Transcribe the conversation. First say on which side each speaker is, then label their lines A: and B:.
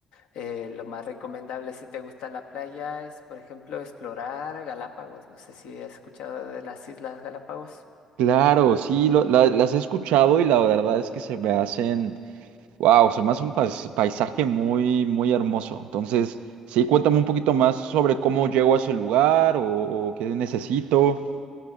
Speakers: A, on the left (about 70°); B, on the right (about 65°).
A: eh, lo más recomendable si te gusta la playa es, por ejemplo, explorar Galápagos. No sé si has escuchado de las Islas Galápagos.
B: Claro, sí, lo- la- las he escuchado y la verdad es que se me hacen, wow, se me hace un pais- paisaje muy, muy hermoso. Entonces, sí, cuéntame un poquito más sobre cómo llego a ese lugar o, o qué necesito.